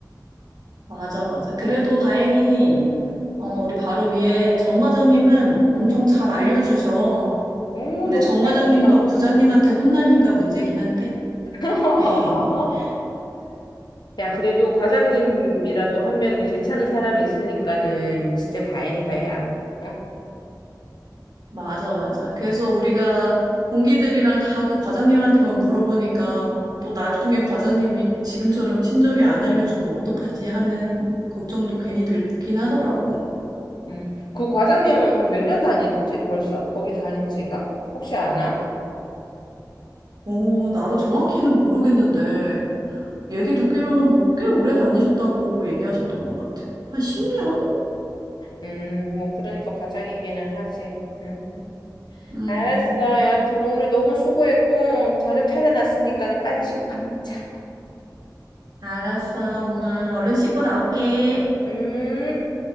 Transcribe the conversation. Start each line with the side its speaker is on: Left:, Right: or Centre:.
Right: 맞아, 맞아. 그래도 다행히, 어, 우리 바로 위에 정 과장님은 엄청 잘 알려주셔.
Left: 오,
Right: 근데
Left: 너무
Right: 정
Left: 잘
Right: 과장님도
Left: 됐다.
Right: 부장님한테 혼나니까 문제긴 한데.
Left: <laughs>
Right: <laughs>
Left: 야, 그래도 과장님이라도 한 명이 괜찮은 사람이 있으니까는 진짜 다행이다, 야. 어?
Right: 맞아, 맞아. 그래서 우리가 동기들이랑 다 그 과장님한테만 물어보니까 또 나중에 과장님이 지금처럼 친절히 안 알려주면 어떡하지 하는 걱정도 괜히 들긴 하더라고.
Left: 음. 그 과장님은 한 몇 년 다녔지, 벌써? 거기 다닌 지가? 혹시 아나?
Right: 어, 나도 정확히는 모르겠는데 얘기 듣기로는 뭐 꽤 오래 다니셨다고 얘기하셨던 것 같아. 한 10년?
Left: 음. 음, 뭐, 그러니까 과장이기는 하지. 음.
Right: 음,
Left: 알았어. 여하튼 오늘 너무 수고했고, 저녁 차려놨으니까는 빨리 씻고 밥 먹자.
Right: 알았어, 엄마. 얼른 씻고 나올게.
Left: 음.